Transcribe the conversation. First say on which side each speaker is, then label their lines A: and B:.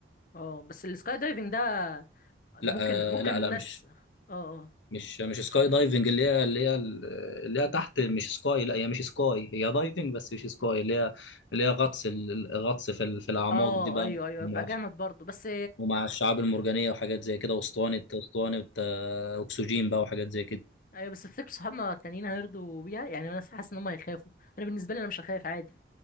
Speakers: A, on the left; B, on the left.
A: اه بس السكاي دايفنج ده ممكن
B: لا آه،
A: ممكن
B: لا
A: الناس
B: لا مش
A: اه اه
B: مش مش سكاي دايفنج اللي هي اللي هي اللي هي تحت مش سكاي لا هي مش سكاي هي دايفنج بس مش سكاي اللي هي اللي هي غطس ال- الغطس في ال- في الأعماق
A: اه
B: دي بقى
A: ايوه ايوه
B: ومع
A: يبقى جامد برضه بس
B: ومع الشعاب المرجانية وحاجات زي كده واسطوانة اسطوانة آه، أكسجين بقى وحاجات زي كده
A: ايوه بس تفتكر صحابنا التانيين هيرضوا بيها يعني انا حاسس ان هم هيخافوا انا بالنسبه لي انا مش هخاف عادي